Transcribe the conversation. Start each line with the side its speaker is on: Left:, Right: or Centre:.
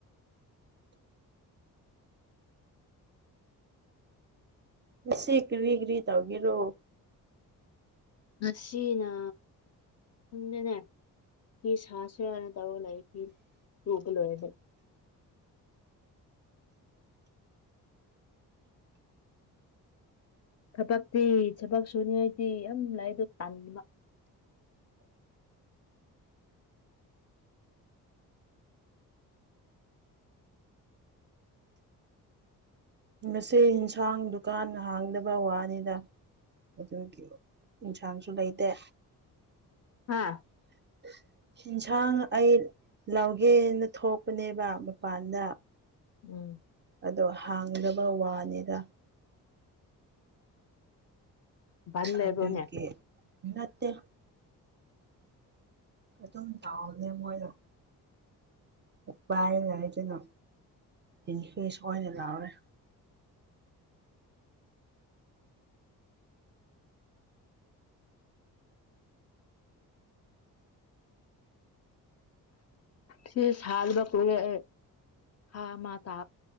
Right: ꯉꯁꯤ ꯀꯔꯤ ꯀꯔꯤ ꯇꯧꯒꯦꯔꯣ
Left: ꯉꯁꯤꯅꯥ ꯈꯪꯗꯦꯅꯦ ꯐꯤ ꯁꯥꯁꯤꯔꯅ ꯇꯧꯔꯒ ꯂꯩꯕꯅꯦ ꯇꯨꯕ ꯂꯣꯏꯔꯗꯤ ꯊꯕꯛꯇꯤ ꯊꯕꯛ ꯁꯨꯅꯤꯉꯥꯏꯗꯤ ꯌꯥꯝ ꯂꯩ ꯑꯗꯨ ꯇꯟꯕ
Right: ꯉꯁꯤ ꯏꯟꯁꯥꯡꯗꯨꯒ ꯅꯍꯥꯡꯗꯕ ꯋꯥꯅꯤꯗ ꯑꯗꯨꯒꯤ ꯏꯟꯁꯥꯡꯁꯨ ꯂꯩꯇꯦ
Left: ꯍꯥꯥ
Right: <unintelligible> ꯏꯟꯁꯥꯡ ꯑꯩ ꯂꯧꯒꯦꯅ ꯊꯣꯛꯄꯅꯦꯕ ꯃꯄꯥꯟꯗ
Left: ꯎꯝ
Right: ꯑꯗꯣ ꯍꯥꯡꯗꯕ ꯋꯥꯅꯤꯗ
Left: ꯕꯟ ꯂꯩꯕ꯭ꯔꯣꯅꯦ
Right: ꯑꯗꯨꯒꯤ ꯅꯠꯇꯦ ꯑꯗꯨꯝ ꯇꯥꯎꯅꯦ ꯃꯣꯏꯗꯣ ꯎꯄꯥꯏꯅ ꯍꯥꯏꯗꯅ ꯅꯤꯐꯤꯁ ꯑꯣꯏꯅ ꯂꯥꯎꯔꯦ
Left: ꯁꯤ ꯁꯥꯜꯂꯒ ꯄꯨꯔꯦ ꯑꯩ ꯍꯥ ꯃꯥ ꯇꯥ